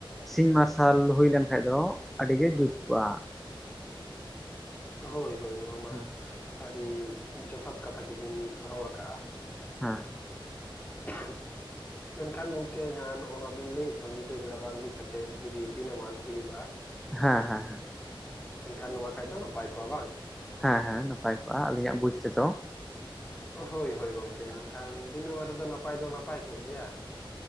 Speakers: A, in the centre; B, on the left.
A: ᱥᱤᱧ ᱢᱟᱨᱥᱟᱞ ᱦᱩᱭ ᱞᱮᱱ ᱠᱷᱟᱡ ᱫᱚ ᱟᱹᱰᱤᱜᱮ ᱡᱩᱛ ᱠᱚᱜ-ᱟ
B: ᱦᱳᱭ ᱦᱳᱭ ᱱᱚᱣᱟ ᱢᱟ
A: ᱦᱮᱸ
B: ᱟᱹᱰᱤ ᱡᱚᱛᱷᱟᱛ ᱠᱟᱛᱷᱟ ᱜᱮᱵᱤᱱ ᱨᱚᱲ ᱠᱟᱜ-ᱟ
A: ᱦᱮᱸ
B: <inaudible> ᱢᱮᱱᱠᱷᱟᱱ ᱜᱚᱢᱠᱮ ᱡᱟᱦᱟᱸ ᱱᱚᱜ ᱚ ᱱᱚᱣᱟ ᱵᱤᱱ ᱞᱟᱹᱭᱮᱫ ᱫᱚ ᱧᱤᱫᱟᱹ ᱵᱮᱲᱟ ᱵᱟᱝ ᱦᱩᱭ ᱠᱟᱛᱮᱫ ᱡᱩᱫᱤ ᱫᱤᱱᱟᱹᱢᱟᱱ ᱦᱩᱭᱩᱜ-ᱟ
A: ᱦᱮᱸ ᱦᱮᱸ
B: ᱢᱮᱱᱠᱷᱟᱱ ᱱᱚᱣᱟ ᱠᱷᱟᱡ ᱫᱚ ᱱᱟᱯᱟᱭ ᱠᱚᱜ-ᱟ ᱵᱟᱝ
A: ᱦᱮᱸ ᱦᱮᱸ ᱱᱟᱯᱟᱭ ᱠᱚᱜ-ᱟ ᱟᱹᱞᱤᱧᱟᱜ ᱵᱩᱡᱽ ᱛᱮᱫᱚ
B: ᱦᱳᱭ ᱦᱳᱭ ᱜᱚᱝᱠᱮ ᱢᱮᱱᱠᱷᱟᱱ ᱫᱤᱱᱟᱹᱢᱟᱱ ᱨᱮᱫᱚ ᱱᱟᱯᱟᱭ ᱫᱚ ᱱᱟᱯᱟᱭ ᱠᱚᱜ ᱜᱮᱭᱟ